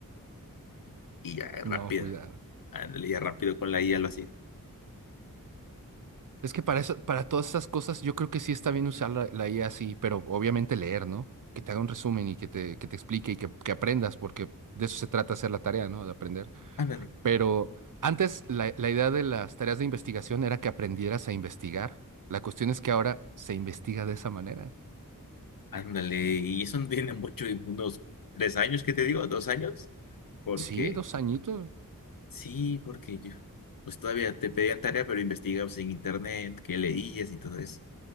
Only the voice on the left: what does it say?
Y ya, rápido,
ándale, ya rápido con la IA lo hacía.
Ándale,
ándale. Y eso no tiene mucho, unos tres años, que te digo? ¿Dos años? Porque,
sí, porque yo, pues todavía te pedían tarea, pero investigabas en internet, qué leías y todo eso.